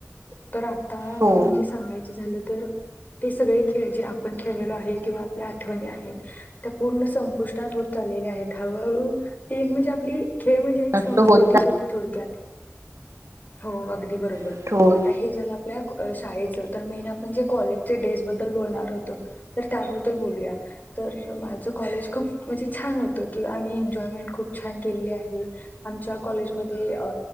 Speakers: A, on the left (about 35°); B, on the right (about 85°).
A: तर आता,
B: हो
A: म्हणजे सांगायचं झालं तर ते सगळे खेळ, जे आपण खेळलेलो आहे किंवा आपल्या आठवणी आहेत त्या पूर्ण संपुष्टात होत चाललेल्या आहेत. हळूहळू, ती एक म्हणजे आपली खेळ म्हणजे एक
B: नष्ट
A: संस्कृतीच
B: होत
A: होती थोडक्यात. हो, अगदी बरोबर.
B: नाहीत रोज
A: आता हे हे झालं आपल्या शाळेचं. तर मेन आपण जे कॉलेजचे डेज बद्दल बोलणार होतो तर त्याबद्दल बोलूया. तर माझं कॉलेज खूप म्हणजे छान होत की, आम्ही एन्जॉयमेंट खूप छान केली आहे. आमच्या कॉलेजमध्ये अ